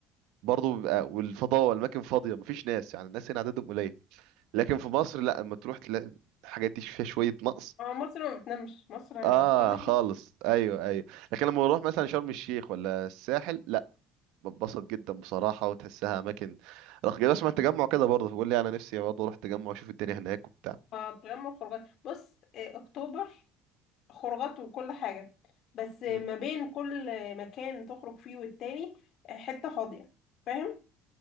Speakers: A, on the right; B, on the left.
A: برضه بيبقى والفضاء والاماكن فاضيه مفيش ناس يعني الناس هنا عددهم قليل لكن في مصر لا اما تروح تلاقي الحاجات دي فيها شويه نقص
B: آه، مصر ما بتنامش مصر
A: اه
B: في كل حته
A: خالص ايوه ايوه لكن لما نروح مثلا شرم الشيخ ولا الساحل لا بتبسط جدا بصراحه وتحسها اماكن رخ كده اسمع التجمع كده برضه بقول لي انا نفسي برضه اروح التجمع واشوف الدنيا هناك وبتاع
B: آه، تجمع خروجات بص آه، اكتوبر خروجات وكل حاجة بس ما
A: مم.
B: بين كل مكان تخرج فيه والتاني حتة فاضية فاهم